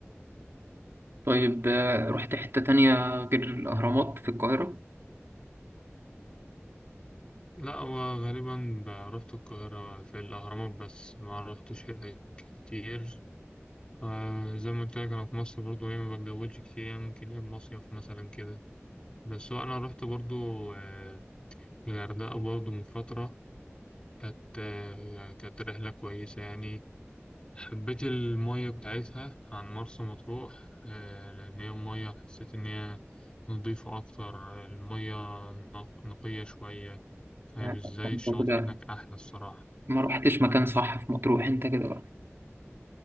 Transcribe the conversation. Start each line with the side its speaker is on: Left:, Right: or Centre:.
Right: طيب آه، رحت حتة تانية غير الأهرامات في القاهرة؟
Left: لا هو غالبا ب- رحت القاهرة في الأهرامات بس ما رحتش هنا كتير آه زي ما قلت لك أنا في مصر برضو إيه ما بتجولش كتير يعني ممكن إيه مصيف مثلا كده بس هو أنا رحت برضو آه الغردقة برضو من فترة كانت آه كانت رحلة كويسة يعني حبيت المية بتاعتها عن مرسى مطروح آه لأن هي المية حسيت إن هي نضيفة أكتر المية نق- نقية شوية فاهم
Right: لا،
Left: ازاي
Right: أنت
Left: الشاطئ
Right: كده
Left: هناك احلى الصراحة
Right: ما رحتش مكان صح في مطروح أنت كده بقى